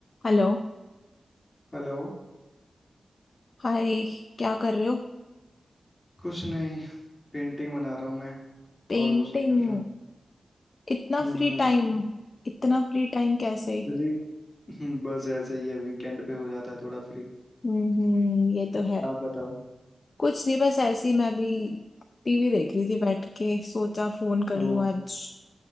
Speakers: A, on the left; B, on the left.
A: Hello
B: Hello
A: Hi क्या कर रहे हो
B: कुछ नहीं painting बना रहा हूँ मैं
A: पेंटिंग
B: और कुछ नहीं कर रहा
A: इतना
B: हम्म
A: फ्री टाइम इतना फ्री टाइम कैसे
B: फ्री हम्म, बस ऐसे ही है वीकेंड पे हो जाता है थोड़ा फ्री
A: हम्म हम्म, ये तो है
B: आप बताओ
A: कुछ नहीं बस ऐसे ही मैं भी टीवी देख रही थी बैठ के सोचा फोन कर
B: ओ
A: लूं आज